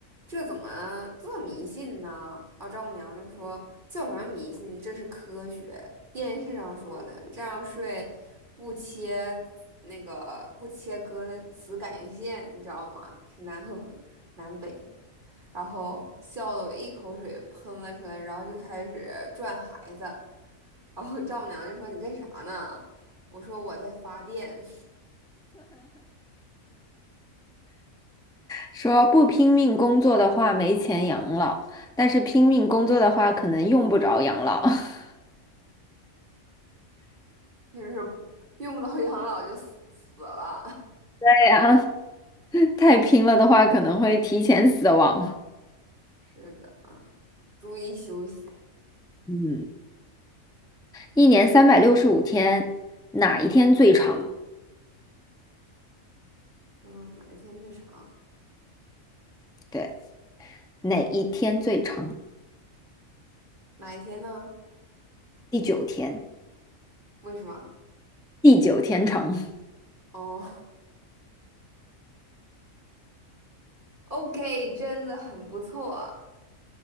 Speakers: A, on the right; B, in the centre.
A: 这怎么这么迷信呢？然后丈母娘就说叫什么迷信，这是科学，电视上说的，这样睡不切那个不切割磁感应线，你知道吗？是南和南北。然后笑得我一口水喷了出来，然后就开始转孩子，然后丈母娘就说你干啥呢？我说我在发电，
B: 说不拼命工作的话没钱养老，但是拼命工作的话可能用不着养老。<laughs>
A: <laughs> 就是用不到养老就死死了。
B: 对呀，<laughs> 太拼了的话可能会提前死亡。
A: 是的啊，注意休息。
B: 嗯，一年三百六十五天，哪一天最长？
A: 嗯，哪一天最长？
B: 对，哪一天最长？
A: 哪一天呢？
B: 第九天。
A: 为什么？
B: 地久天长，<laughs>
A: 哦 <laughs>，OK，真的很不错。